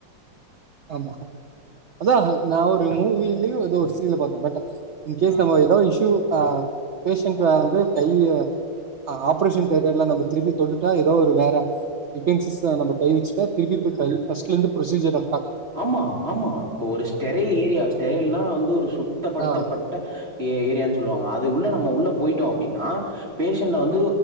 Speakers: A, on the right (about 60°); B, on the right (about 30°).
A: ஆமா அதா நா ஒரு மூவிலயோ எதோ ஒரு சீன்ல பாத்தே பட் இன் கேஸ்
B: ஆ
A: நம்ம இ இஷ்யூ ஆ பேஷண்ட்ட வந்து கைய ஆ ஆப்ரேஷன் தேட்டர்ல நம்ப திருப்பி தொட்டுட்டா எதோ ஒரு வேற யூட்டேன்சிஸ்ஸ நம்ப கை வெச்சுட்டா திருப்பி திருப்பை ஃபஸ்ட்லருந்து ப்ரொசீஜரா
B: ஆமா ஆமா இப்போ ஒரு ஸ்டெரல் ஏரியா ஸ்டெரல்னா வந்து ஒரு சுத்தப்படுத்தப்பட்ட
A: ஆ
B: ஏ ஏரியான் சொல்லுவாங்க அது உள்ள நம்ம உள்ள போய்ட்டோ அப்டின்னா பேஷண்ட்ட வந்து